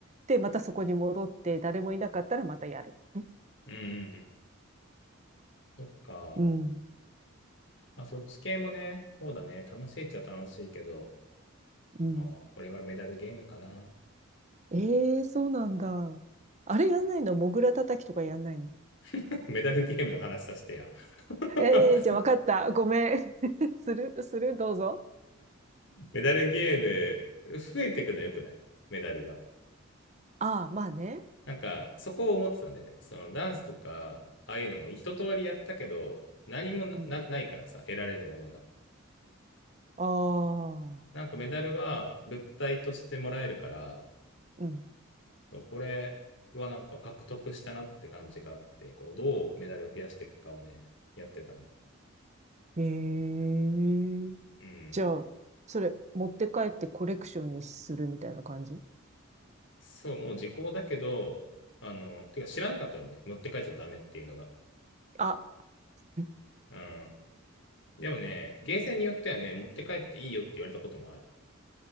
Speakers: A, on the right (about 35°); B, on the left (about 60°).
A: で、またそこに戻って、誰もいなかったらまたやる。<laughs>
B: うんうんうん。そっか。
A: うん。
B: まあ、そっち系もね、そうだね。楽しいっちゃ楽しいけど、
A: うん。
B: まあ、俺はメダルゲームかな。
A: ええそうなんだ。あれやんないのモグラ叩きとかやんないの
B: <laughs> メダルゲームの話させてや。<laughs>
A: ええーじゃあわかった。ごめん。<laughs> するするどうぞ。
B: メダルゲーム、増えてくのよくないメダルが。
A: ああ、まあね。
B: なんか、そこを思ってたんだよね。そのダンスとか、ああいうのも一通りやったけど、何もな、
A: うん。
B: なないからさ、得られるものが。
A: ああ。
B: なんかメダルは物体としてもらえるから、
A: うん。
B: これはなんか獲得したなって感じがあって、こうどうメダルを増やしていくかをね、やってたね。
A: へえ
B: うん。
A: じゃあ、それ、持って帰ってコレクションにするみたいな感じ
B: そう、もう時効だけど、あの、てか知らなかったのね。持って帰っちゃダメっていうのが。
A: あ、ん
B: うん。でもね、ゲーセンによってはね、持って帰っていいよって言われたこともある。